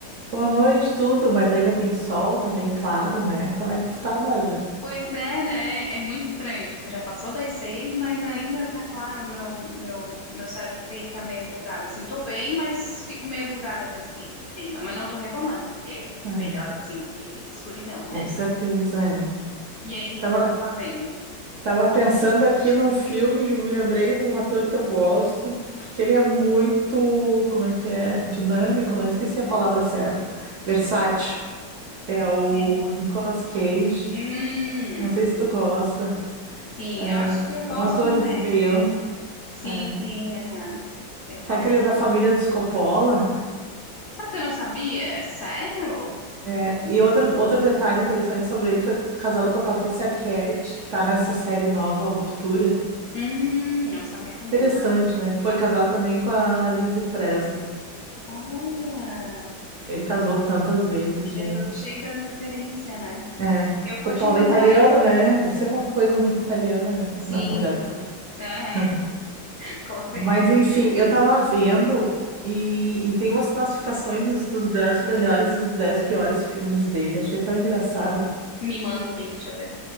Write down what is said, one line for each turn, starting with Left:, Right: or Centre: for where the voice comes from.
Right: Boa noite, tudo, mas ainda tem sol, tá bem claro, né? Como é que tu tá, Bárbara?
Left: Pois é, né? É muito estranho. Tipo, já passou das seis, mas ainda tá claro. Meu, meu, meu cérebro fica meio bugado. Assim, tô bem, mas fico meio bugada com esse clima. Mas não tô reclamando, porque
Right: É,
Left: é melhor assim que escuridão,
Right: com
Left: né?
Right: certeza, é.
Left: E aí, o que
Right: Tava,
Left: que tava fazendo?
Right: tava pensando aqui num filme e me lembrei de um ator que eu gosto, porque ele é muito, como é que é? Dinâmico, não esqueci a palavra certa. Versátil. É o
Left: Sim.
Right: Nicolas Cage.
Left: Hum,
Right: Não sei se
Left: sim.
Right: tu gosta.
Left: Sim,
Right: É,
Left: eu acho que eu gosto
Right: é um ator
Left: médio
Right: veião.
Left: dele. Sim,
Right: É.
Left: sim, aham. Sei qual
Right: Sabe que
Left: é.
Right: ele é da família dos Coppola?
Left: Sabe o que eu não sabia? Sério?
Right: É, e outro, outro detalhe interessante sobre ele foi casado com a Patrícia Arquette, que tá nessa série nova, A Ruptura.
Left: Hum, eu sabia também,
Right: Interessante,
Left: olha. não
Right: né?
Left: sabia
Right: Foi
Left: nada.
Right: casado também com a Lizzie Presley.
Left: Olha,
Right: Ele casou tantas vezes,
Left: ele
Right: gente.
Left: é todo cheio das referências, né?
Right: É,
Left: Eu
Right: com
Left: vou
Right: o Paula
Left: te mandar.
Right: é italiano, né? Isso é uma coisa muito italiana, né?
Left: Sim,
Right: Namorador.
Left: é,
Right: <laughs>
Left: <laughs> com certeza.
Right: Mas enfim, eu tava vendo e, e tem umas classificações dos, dos 10 melhores e dos 10 piores filmes dele. Achei tão engraçado.
Left: Me manda o link, deixa eu ver.